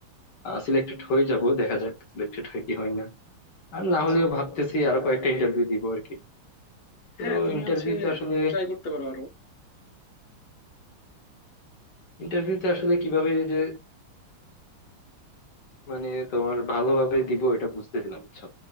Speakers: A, on the left (about 60°); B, on the left (about 45°).
A: সিলেক্টেড হয়ে যাব দেখা যাক সিলেক্টেড হয় কি হয় না আর না
B: আচ্ছা
A: হলেও ভাবতেছি আরো কয়েকটা ইন্টারভিউ দিব আর কি তো
B: হ্যাঁ তুমি
A: ইন্টারভিউতে
B: হচ্ছে
A: আসলে
B: ট্রাই করতে পারো আরো
A: ইন্টারভিউতে আসলে কিভাবে যে মানে তোমার ভালোভাবে দিব এটা বুঝতেছিলাম বুঝছো